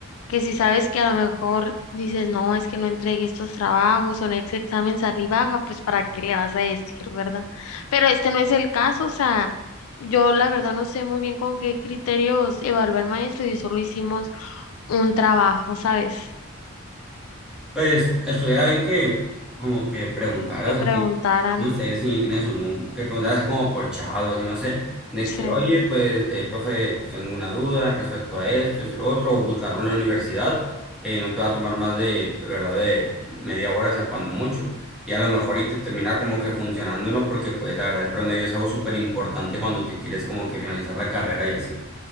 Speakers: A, on the left; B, in the centre.
A: que si sabes que a lo mejor dices, no, es que no entregué estos trabajos o en ese examen salí baja, pues para qué le vas a decir, ¿verdad? Pero este no es el caso, o sea, yo la verdad no sé muy bien con qué criterios evaluó el maestro y solo hicimos un trabajo, ¿sabes?
B: Pues estuviera bien que como que preguntaras
A: Que preguntara,
B: así, no
A: ¿no?
B: sé si tienes un número, que preguntaras así como por chat o así, no sé, de que,
A: Sí,
B: oye, pues, eh, profe, pues tengo una duda respecto a esto, esto y lo otro, o buscarlo en la universidad, eh, no te va a tomar más de, de verdad, de media hora, o sea, cuando mucho. Y a lo mejor y te termina como que funcionando, ¿no? Porque pues la verdad el promedio es algo súper importante cuando te quieres como que finalizar la carrera y así.